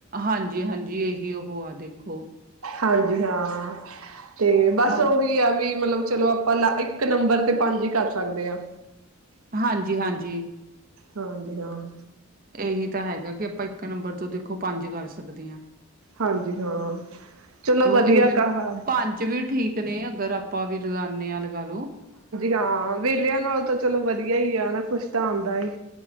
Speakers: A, on the right; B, on the right.
A: ਹਾਂਜੀ-ਹਾਂਜੀ ਇਹੀ ਉਹ ਆ ਦੇਖੋ
B: ਹਾਂਜੀ। ਹਾਂ, ਤੇ, ਬਸ
A: ਹੋ
B: ਉਹੀ ਆ ਵੀ। ਮਤਲਬ ਚਲੋ ਆਪਾਂ ਲ ਇੱਕ ਨੰਬਰ ਤੇ ਪੰਜ ਹੀ ਕਰ ਸਕਦੇ ਆ।
A: ਹਾਂਜੀ, ਹਾਂਜੀ।
B: ਹਾਂਜੀ ਹਾਂ,
A: ਇਹੀ ਤਾਂ ਹੈਗਾ। ਕਿ ਆਪਾਂ ਇੱਕ ਨੰਬਰ ਤੋਂ ਖੋ ਪੰਜ ਕਰ ਸਕਦੇ ਆ।
B: ਹਾਂਜੀ। ਹਾਂ, ਚਲੋ ਵਧੀਆ
A: ਇਹ ਵੀ
B: ਕ ਹਾਂਜੀ-ਹਾਂਜੀ,
A: ਪੰਜ ਵੀ ਠੀਕ ਨੇ ਅਗਰ ਆਪਾਂ ਵੀ ਲਗਾਨੇ ਆ ਲਗਾ ਲੋ।
B: ਹਾਂ ਵੇਹਲਿਆਂ ਨਾਲੋਂ ਤਾਂ ਚਲੋ ਵਧੀਆ ਹੀ ਆ ਨਾ ਕੁਛ। ਤਾਂ ਆਂਦਾ ਏ।